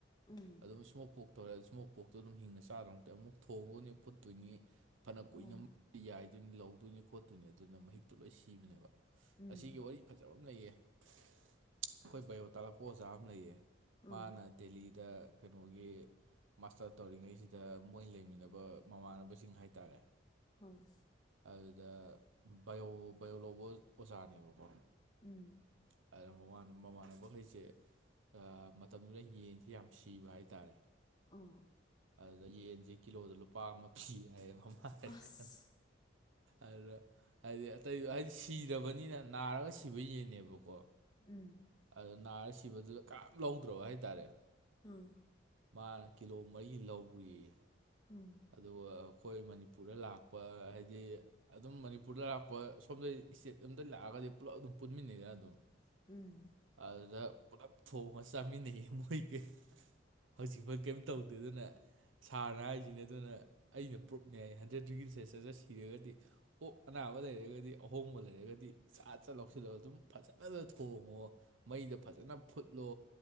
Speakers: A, on the left; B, on the right.
A: ꯎꯝ
B: ꯑꯗꯨꯝ ꯏꯁꯃꯣꯛ ꯄꯣꯛ ꯇꯧꯔꯦ ꯏꯁꯃꯣꯛ ꯄꯣꯛꯇꯣ ꯑꯗꯨꯝ ꯍꯤꯡꯅ ꯆꯥꯗꯣꯏ ꯅꯠꯇꯦ ꯑꯃꯨꯛ ꯊꯣꯡꯗꯣꯏꯅꯤ ꯐꯨꯠꯇꯣꯏꯅꯤ ꯐꯅ ꯀꯨꯏꯅ
A: ꯑꯣ
B: ꯌꯥꯏꯗꯣꯏꯅꯤ ꯂꯧꯗꯣꯏꯅꯤ ꯈꯣꯠꯇꯣꯏꯅꯤ ꯑꯗꯨꯅ ꯃꯍꯤꯛꯇꯣ ꯂꯣꯏ ꯁꯤꯕꯅꯦꯕ
A: ꯎꯝ
B: ꯑꯁꯤꯒꯤ ꯋꯥꯔꯤ ꯐꯖꯕ ꯑꯃ ꯂꯩꯌꯦ ꯑꯩꯈꯣꯏ ꯕꯥꯏꯌꯣ ꯇꯥꯛꯂꯛꯄ ꯑꯣꯖꯥ ꯑꯃ ꯂꯩꯌꯦ
A: ꯎꯝ
B: ꯃꯥꯅ ꯗꯦꯜꯂꯤꯗ ꯀꯩꯅꯣꯒꯤ ꯃꯥꯁꯇꯔ ꯇꯧꯔꯤꯉꯩꯁꯤꯗ ꯃꯣꯏ ꯂꯩꯃꯤꯟꯅꯕ ꯃꯃꯥꯟꯅꯕꯁꯤꯡ ꯍꯥꯏꯇꯥꯔꯦ
A: ꯍꯣꯏ
B: ꯑꯗꯨꯗ ꯕꯥꯏꯑꯣ ꯕꯥꯏꯑꯣ ꯂꯧꯕ ꯑꯣꯖꯥꯅꯦꯕꯀꯣ
A: <inaudible>
B: <inaudible>
A: <inaudible>
B: ꯑꯗꯨꯗ ꯌꯦꯟꯁꯦ ꯀꯤꯂꯣꯗ ꯂꯨꯄꯥ ꯑꯃ ꯄꯤ ꯍꯥꯏꯌꯦꯕ ꯃꯥ
A: ꯑꯁ
B: ꯀ ꯑꯗꯨꯗ ꯍꯥꯏꯗꯤ ꯑꯇꯩꯗ ꯍꯥꯏꯗꯤ ꯁꯤꯔꯕꯅꯤꯅ ꯅꯥꯔꯒ ꯁꯤꯕ ꯌꯦꯡꯅꯦꯕꯀꯣ
A: <inaudible>
B: ꯑꯗ ꯅꯥꯔ ꯁꯤꯕꯗꯨꯗ ꯀꯔꯝ ꯂꯧꯗ꯭ꯔꯕ ꯍꯥꯏꯇꯥꯔꯦ
A: ꯎꯝ
B: ꯃꯥꯅ ꯀꯤꯂꯣ ꯃꯔꯤ ꯂꯧꯧꯕꯔꯤꯌꯦ
A: <inaudible>
B: ꯑꯗꯨꯒ ꯑꯩꯈꯣꯏ ꯃꯅꯤꯄꯨꯔꯗ ꯂꯥꯛꯄ ꯍꯥꯏꯗꯤ ꯑꯗꯨꯝ ꯃꯅꯤꯄꯨꯔꯗ ꯂꯥꯛꯄ ꯁꯣꯝꯗ ꯏꯁꯇꯦꯠ ꯑꯝꯗꯒꯤ ꯂꯥꯛꯑꯒꯗꯤ ꯄꯨꯜꯂꯞ ꯑꯗꯨꯝ ꯄꯨꯟꯃꯤꯟꯅꯩꯗꯅ ꯑꯗꯨꯝ
A: <inaudible>
B: ꯑꯗꯨꯗ ꯄꯨꯂꯞ ꯊꯣꯡꯉ ꯆꯥꯃꯤꯟꯅꯩ ꯃꯣꯏꯒꯩ ꯍꯧꯖꯤꯛꯃꯛ ꯀꯩ ꯇꯧꯗꯦ ꯑꯗꯨꯅ ꯁꯥꯔꯅ ꯍꯥꯏꯔꯤꯁꯤꯅ ꯑꯗꯨꯅ ꯑꯩꯅ ꯄ꯭ꯔꯨꯞꯅꯦ ꯌꯥꯏ ꯍꯟꯗ꯭ꯔꯦꯠ ꯗꯤꯒ꯭ꯔꯤ ꯁꯦꯜꯁꯤꯌꯁꯇ ꯁꯤꯔꯒꯗꯤ ꯑꯣꯛ ꯑꯅꯥꯕ ꯂꯩꯔꯒꯗꯤ ꯑꯍꯣꯡꯕ ꯂꯩꯔꯒꯗꯤ ꯆ ꯆꯠ ꯂꯧꯁꯤꯜꯂꯒ ꯑꯗꯨꯝ ꯐꯖꯅꯅ ꯊꯣꯡꯉꯣ ꯃꯩꯗ ꯐꯖꯅ ꯐꯨꯠꯂꯣ